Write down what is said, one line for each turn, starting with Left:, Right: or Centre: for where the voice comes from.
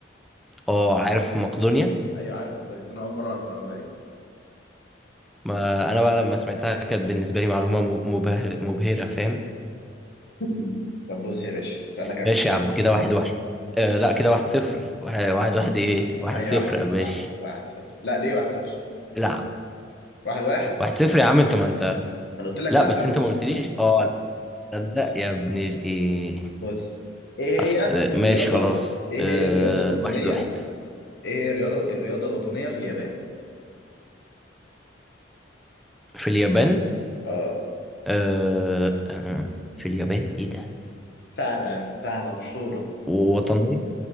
Centre: اه عارف مقدونيا
Left: ايوه عارف مقدوني بس انا اول مره اعرف المعلومه دي
Centre: ما انا بقى لما سمعتها كانت بالنسبة لي معلومة م- مبهر مبهرة فاهم
Left: مم. طب بص يا باشا اسالك انا
Centre: ماشي يا عم كده واحد واحد آه لا كده واحد صفر واحد واحد, واحد ايه واحد
Left: اي
Centre: صفر
Left: واحد صفر
Centre: يا باشا
Left: واحد صفر واحد صفر لا ليه واحد صفر
Centre: العب
Left: واحد واحد
Centre: واحد صفر يا عم انت ما انت
Left: ما انا قلت لك
Centre: لا
Left: لا
Centre: بس
Left: مش
Centre: انت ما قلتليش اه لا يا ابن الايه
Left: بص ايه هي
Centre: اصل
Left: الرياضه
Centre: ماشي خلاص
Left: ايه
Centre: آه
Left: هي الرياضه الوطنيه
Centre: واحد واحد
Left: ايه هي الرياضه الرياضه الوطنيه في اليابان
Centre: في اليابان
Left: اه
Centre: آه آه، في اليابان ايه ده
Left: سهله يا اسطى سهله مشهوره
Centre: وطنية